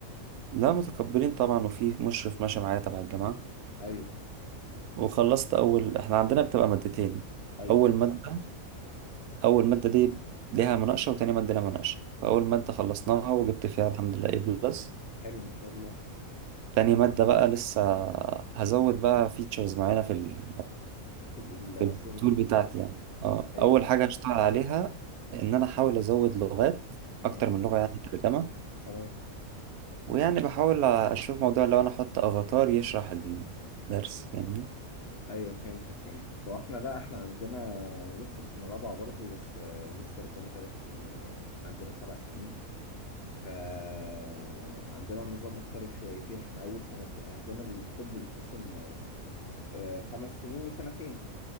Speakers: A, on the right (about 90°); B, on the left (about 50°).
A: لا متقبلين طبعا وفي مشرف ماشي معايا تبع الجامعة
B: ايوه
A: وخلصت أول احنا عندنا بتبقى مادتين
B: ايوه
A: أول مادة اول ماده دي ليها مناقشه وتاني ماده ليها مناقشه فاول ماده خلصناها وجبت فيها الحمد لله A بلس
B: حلو ما شاء الله
A: تاني ماده بقى لسه هزود بقى فيتشرز معينه في ال
B: في البروجكت
A: في التول
B: نفسه
A: بتاعتي يعني اه
B: ايوه
A: اول
B: ايوه
A: حاجه هشتغل عليها ان انا احاول ازود لغات اكتر
B: تمام
A: من لغه يعني ترجمه
B: تمام
A: ويعني بحاول اشوف موضوع لو انا احط افاتار يشرح الدرس فاهمني
B: ايوه فهمت فهمت هو احنا لا احنا عندنا لسه في سنه رابعه برضه بس آه، لسه قدامي ثلاث سنين يعني احنا عندنا سبع سنين فعندنا النظام مختلف شويتين احنا اول سنة عندنا الطب بيتقسم آه، خمس سنين وسنتين